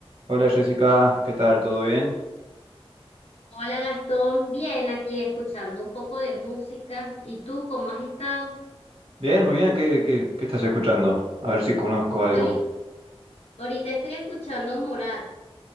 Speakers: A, on the right; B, on the left.
A: Hola Jessica, ¿qué tal? ¿Todo bien?
B: Hola Gastón, bien aquí escuchando un poco de música. ¿Y tú cómo has estado?
A: Bien, muy bien, ¿qué, qué, qué estás escuchando? A ver si conozco algo.
B: Ahorita, ahorita estoy escuchando Morat,